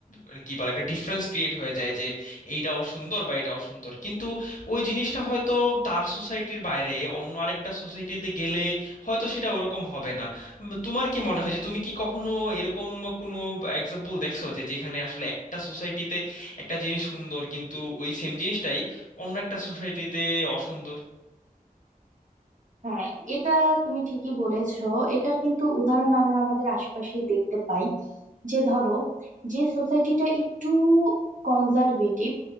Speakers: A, on the left; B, on the right.
A: মানে কি বলে একটা ডিফারেন্স ক্রিয়েট হয়ে যায় যে এইটা অসুন্দর বা এটা অসুন্দর কিন্তু ওই জিনিসটা হয়তো তার সোসাইটির বাইরে অন্য আরেকটা সোসাইটিতে গেলে হয়তো সেটা ওরকম হবে না উম, তোমার কি মনে হয় যে তুমি কি কখনো এরকম কোনো এক্সাম্পল দেখছো যে যেখানে আসলে একটা সোসাইটিতে একটা জিনিস সুন্দর কিন্তু ওই সেম জিনিসটাই অন্য একটা সোসাইটিতে অসুন্দর
B: হ্যাঁ এটা তুমি ঠিকই বলেছো এটার কিন্তু উদাহরণ আমরা আমাদের আশেপাশে দেখতে পাই যে ধরো যে সোসাইটিটা একটু কনজারভেটিভ